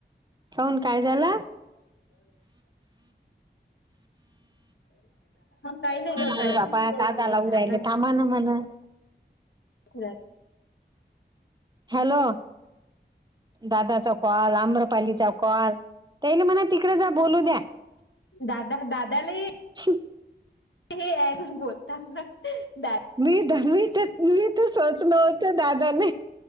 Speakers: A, on the right (about 25°); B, on the left (about 85°).
A: का हून काय झाला?
B: काही नाही ग
A: अरे
B: काही
A: बाबा!
B: नाही
A: दादाला
B: ए
A: उरायले
B: जा
A: थांमा ना म्हण.
B: व्हय.
A: हॅलो. दादा च. कॉल आम्रपालीचा कॉल. त्याला म्हणा तिकडे जा. बोलू द्या.
B: दादा दादाले.
A: श <unintelligible>
B: हे बोलतात ना दादा.
A: मी द <unintelligible> मी तर मी तसच त दादाे